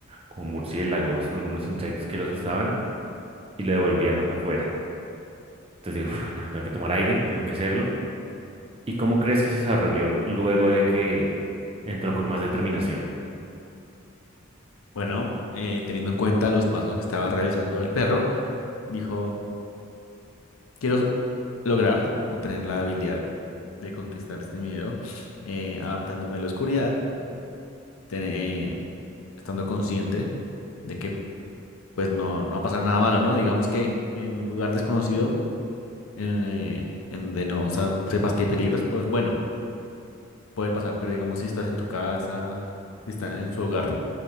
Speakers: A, on the right (about 25°); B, on the left (about 80°).
A: como murciélagos, algunos insectos que lo asustaban y lo devolvían a- afuera. Entonces dijo, "Uf, no, tengo que tomar aire, tengo que hacerlo. ¿Y cómo crees que se desarrolló luego de que entró con más determinación?
B: Bueno, eh, teniendo en cuenta los pasos que estaba realizando el perro, dijo, quiero lograr o tener la habilidad de conquistar este miedo, eh, adaptándome a la oscuridad tene- estando consciente de que pues no, no va a pasar nada malo, ¿no? Digamos que en un lugar desconocido, eh, en donde no sa- sepas que hay peligros, pues bueno, puede pasar, pero digamos si estás en tu casa, si estás en su hogar